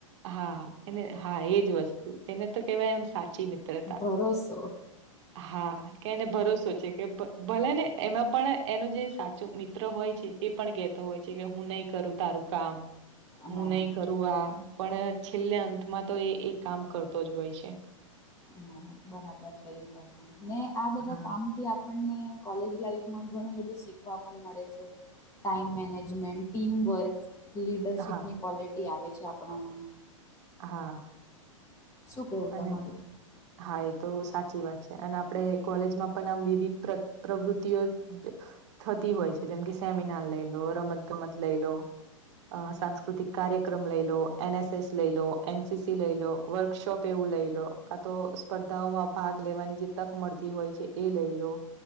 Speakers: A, on the right; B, on the left.
A: હા એને હા એજ વસ્તુ એને તો કેહેવાય આમ સાચી મિત્રતા.
B: ભરોસો
A: હા. કે એને ભરોસો છે કે ભ ભલે ને એમાં પણ એનું જે સાચું મિત્ર હોય છે. એ પણ કેહેતો હોય છે, કે હું નહી કરું તારું કામ
B: હા
A: હું નહી કરું આ પણ છેલ્લે અંતમાં તો એ એ કામ કરતો જ હોય છે.
B: હમ બરાબર કયું તમે ને આ બધા
A: હા
B: કામથી આપ પણને કોલેજ લાઈફમાં ઘણું બધું શીખવા પણ મળે છે. ટાઈમ મેનેજમેન્ટ ટીમ વર્ક લીડરશીપની
A: હા
B: ક્વોલિટી આવે છે, આપણામાં
A: હા
B: શું કેવું તમારું
A: અને હા એ તો સાચી વાત છે અને આપણે કોલેજમાં પણ આમ વિવિધ પ્રવૃતિઓ થતી હોય છે. જેમ કે સેમિનાર લઈ લો રમતગમત લઈ લો સાંસ્કૃતિક કાર્યક્રમ લઈ લો એન એસ એસ લઈ લો એનસીસી લઈ લો વર્કશોપ એવું લઈ લો કા તો સ્પર્ધાઓમાં ભાગ લેવાની જે તક મળતી હોય છે. એ લઈ લો